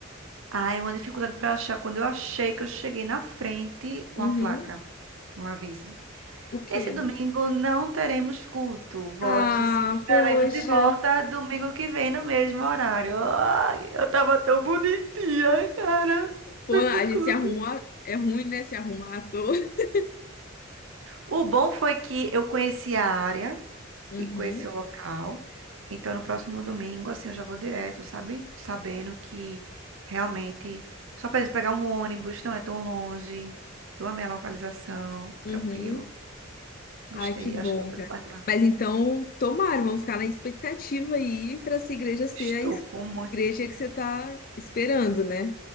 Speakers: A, on the right; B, on the left.
A: Aí uma dificuldade pra achar, quando eu achei que eu cheguei na frente, uma
B: Uhum.
A: placa, um aviso.
B: O quê?
A: Esse domingo não teremos culto. Volte
B: Ah,
A: se estaremos
B: poxa.
A: de volta domingo que vem no mesmo horário. Ai, eu tava tão bonitinha, cara.
B: Pô,
A: Foi
B: a
A: pro culto.
B: gente se arrumou. a- É ruim, né? Se arrumar à toa. <laughs>
A: O bom foi que eu conheci a área
B: Uhum,
A: e conheci o local. Então, no próximo domingo, assim, eu já vou direto, sabe? Sabendo que realmente só preciso pegar um ônibus, não é tão longe. Eu amei a localização,
B: uhum.
A: tranquilo.
B: Ai,
A: Gostei,
B: que bom,
A: acho que eu vou fazer
B: cara.
A: parte lá.
B: Mas então, tomara, vamos ficar na expectativa aí pra essa igreja ser
A: Estou
B: a es-
A: com muito
B: igreja que você tá esperando, né?